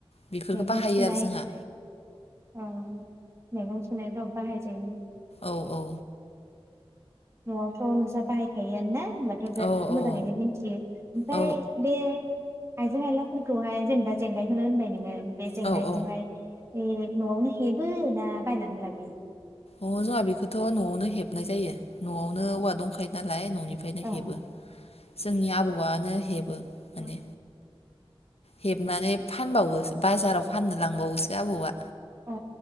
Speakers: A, on the left (about 85°); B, on the right (about 25°).
A: बेफोरखौ
B: मैगं
A: बाहायो
B: सुनाय
A: आरो जोंहा
B: औ मैगं सुनायफोराव बाहाय जायो।
A: औ औ
B: नयावथ नोंस्रा बाहायखायोआनो ना होनबाथ बिराद
A: औ
B: मोजाङैनो
A: औ
B: मिथियो ओमफ्राय
A: औ
B: बे आइजें आइलाफोरखौहाय जेनेबा जेंगाइखौनो होनबाय नोङो बे जेंगाइखौहाय
A: औ औ
B: ए नयावनो हेबो ना बायनानै लाबोयो?
A: अ जोंहा बेखौथ नयावनो हेबनाय जायो। नयावनो औवा दंखायो नालाय। ननिफ्रायनो
B: अ
A: हेबो। जोंनि आबौआनो हेबो। माने
B: औ
A: हेबनानै फानबावो बाजाराव फाननो लांबावोसो आबौआ
B: अ